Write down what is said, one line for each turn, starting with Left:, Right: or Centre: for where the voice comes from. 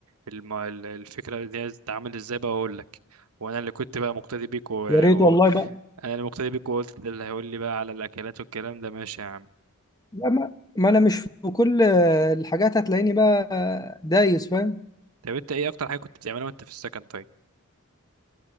Right: الم... ال- الفكرة دي هتتعامل ازاي بقى واقول لك وانا اللي كنت بقى مقتدي بيك و...
Left: يا ريت
Right: و...
Left: والله بقى
Right: انا اللي مقتدي بيك وقلت ده اللي هيقول لي بقى على الاكلات والكلام ده ماشي يا عم
Left: لا ما, ما انا مش في كل الحاجات هتلاقيني بقى دايس فاهم
Right: طب انت ايه اكتر حاجة كنت بتعملها وانت في السكن طيب